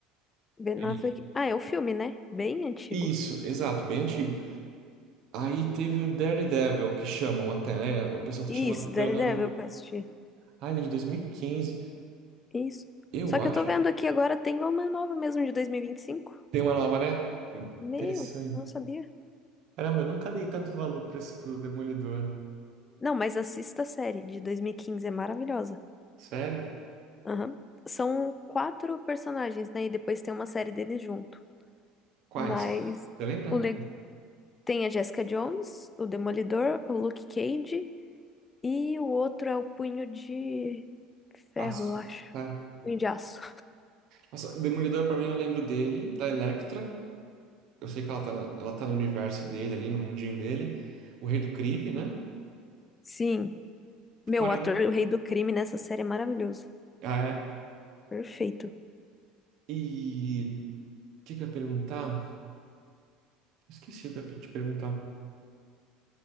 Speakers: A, on the left; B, on the right.
A: Ben
B: Ele.
A: Affleck. Ah, é o filme, né? Bem antigo.
B: Isso, exato, bem antigo. Aí teve o Daredevil, que chamam até, né? O pessoal tá
A: Isso,
B: chamando pelo
A: Daredevil
B: nome.
A: que eu assisti.
B: Ah, ele é de 2015,
A: Isso.
B: eu
A: Só
B: acho.
A: que eu tô vendo aqui agora tem uma nova mesmo de 2025.
B: Tem uma nova, né?
A: Meu,
B: Interessante.
A: não sabia.
B: Caramba, eu nunca dei tanto valor pra esse pro Demolidor.
A: Não, mas assista a série de 2015, é maravilhosa.
B: Sério?
A: Aham. São quatro personagens, né? E depois tem uma série deles junto.
B: Quais?
A: Mas
B: Você lembra?
A: o le- tem a Jessica Jones, o Demolidor, o Luke Cage e o outro é o Punho de Ferro,
B: Aço.
A: eu acho.
B: Tá.
A: Punho de Aço.
B: Nossa, o Demolidor, pra mim, eu lembro dele, da Elektra. Eu sei que ela tá, na- ela tá no universo dele, ali, no mundinho dele. O Rei do Crime, né?
A: Sim. Meu,
B: Fora
A: o ator,
B: aí.
A: o rei do crime nessa série é maravilhoso.
B: Ah, é.
A: Perfeito.
B: E. O que que eu ia perguntar? Esqueci o que eu ia te perguntar.